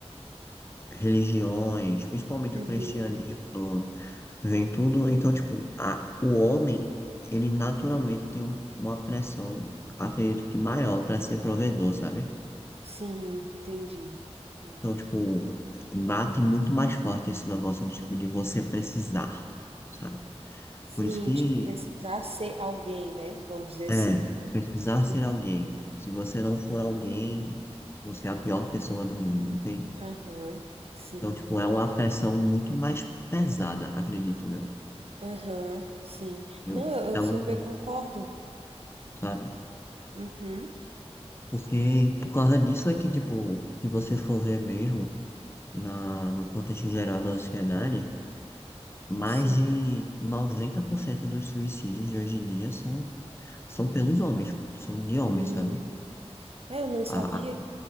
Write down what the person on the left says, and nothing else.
religiões, principalmente
o cristianismo, no- vem tudo. Então, tipo, a, o homem, ele naturalmente tem um- uma pressão, acredito que maior para ser provedor, sabe?
Então, tipo, bate muito mais forte esse negócio de, tipo, de você precisar, sabe?
Por isso que
É, precisar ser
alguém. Se você não for alguém, você é a pior pessoa do mundo, entende?
Então, tipo, é uma pressão muito mais pesada, acredito eu.
Eu,
então,
sabe?
Porque por causa disso é que, tipo, se você for ver mesmo na, no contexto geral da sociedade, mais
de 90% dos suicídios de hoje em dia são, são pelos homens, são de homens,
sabe?
A,